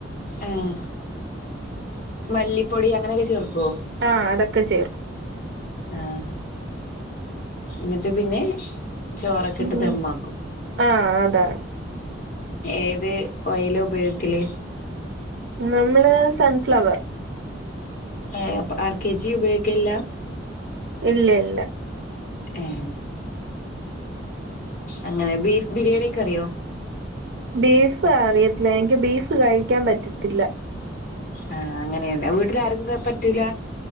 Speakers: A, on the left; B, on the right.
A: ആഹ് മല്ലിപ്പൊടി അങ്ങനെയൊക്കെ ചേർക്കുവോ
B: ആഹ് അതൊക്കെ ചേർക്കും
A: ആഹ് എന്നിട്ട് പിന്നെ? ചോറൊക്കെ
B: ഉം
A: ഇട്ട് ദമ്മാക്കും
B: ആഹ് അതാണ്
A: ഏത് ഓയില് ഉപയോഗിക്കല്
B: നമ്മള് സൺഫ്ലവർ
A: എ ആ അപ്പൊ ആർ കെ ജി ഉപയോഗിക്കില്ല
B: ഇല്ലേ ഇല്ല
A: ഉം അങ്ങനെ ബീഫ് ബിരിയാണിയൊക്കെ അറിയോ
B: ബീഫ് അറിയത്തില്ല എനിക്ക് ബീഫ് കഴിക്കാൻ പറ്റത്തില്ല
A: ആഹ് അങ്ങനെയല്ലേ വീട്ടില് ആർക്കൊക്കെ പറ്റൂല